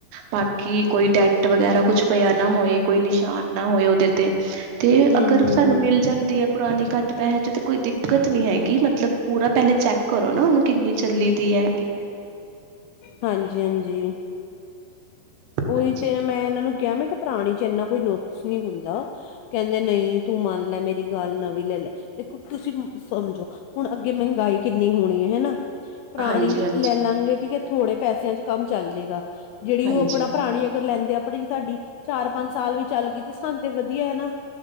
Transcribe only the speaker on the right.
ਬਾਕੀ ਕੋਈ ਡੈਂਟ ਵਗੈਰਾ ਕੁਛ ਪਿਆ ਨਾ ਹੋਏ ਕੋਈ ਨਿਸ਼ਾਨ ਨਾ ਹੋਏ ਉਹਦੇ ਤੇ, ਤੇ
ਅਗਰ
ਸਾਨੂੰ
ਮਿਲ ਜਾਂਦੀ ਏ ਪੁਰਾਣੇ ਘੱਟ ਪੈਹੇ ਤਾਂ ਕੋਈ ਦਿੱਕਤ ਨੀ ਹੈਗੀ ਮਤਲਬ ਪੂਰਾ ਪਹਿਲੇ ਚੈੱਕ ਕਰੋ ਨਾ ਉਹਨੂੰ ਕਿੰਨੀ ਚੱਲੀ ਵੀ ਏ।
ਹਾਂਜੀ
ਹਾਂਜੀ ਹਾਂਜੀ
ਹਾਂਜੀ